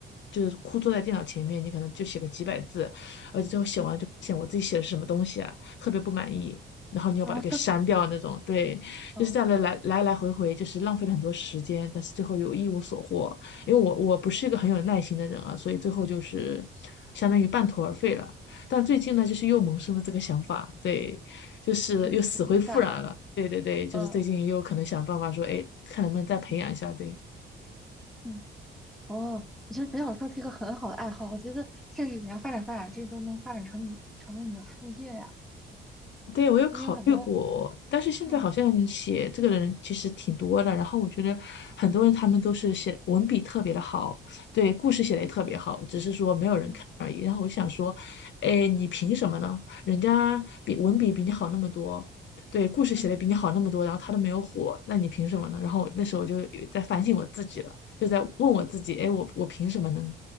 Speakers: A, on the left; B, in the centre.
A: 就是枯坐在电脑前面，你可能就写个几百字，而且最后写完就发现我自己写的是什么东西啊，
B: 嗯，
A: 特别不满意。然后你又把它给删掉那种，
B: 哦 <laughs>
A: 对，
B: 哦
A: 就是这样的来来来回回，就是浪费了很多时间，但是最后又一无所获。因为我我不是一个很有耐心的人啊，
B: 嗯
A: 所以最后就是相当于半途而废了。
B: 嗯嗯
A: 但最近呢，
B: 嗯。
A: 就是又萌生了这个想法，对，就是又死灰复燃了。
B: 你有灵感了，
A: 对对对，就是最近又可能想办法说，
B: 嗯
A: 哎，看能不能再培养一下，
B: 嗯
A: 对。
B: 嗯，哦，我觉得写小说是一个很好的爱好，我觉得甚至你要发展发展，这都能发展成你成为你的副业呀，
A: 对，我有考虑过，
B: 因为有很多，
A: 但是现在好像写这个的人其实挺多的，
B: 嗯
A: 然后我觉得很多人他们都是写文笔特别的好，对，故事写的也特别好，
B: 嗯
A: 只是说没有人看而已。
B: 嗯
A: 然后我就想说，哎，你凭什么呢？人家比文笔比你好那么多，对，故事写的比你好那么多，
B: 嗯，
A: 然后他都没有火，那你凭什么呢？然后那时候我就有在反省我自己了，就在问我自己，哎，我我凭什么能，